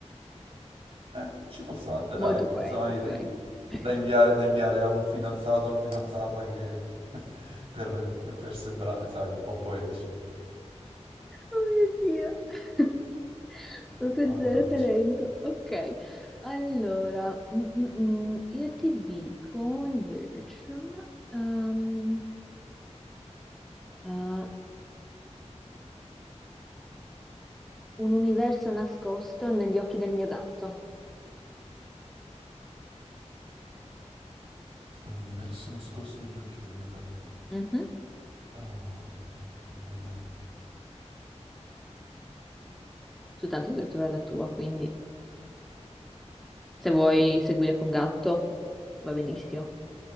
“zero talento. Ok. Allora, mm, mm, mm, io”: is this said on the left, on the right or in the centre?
Centre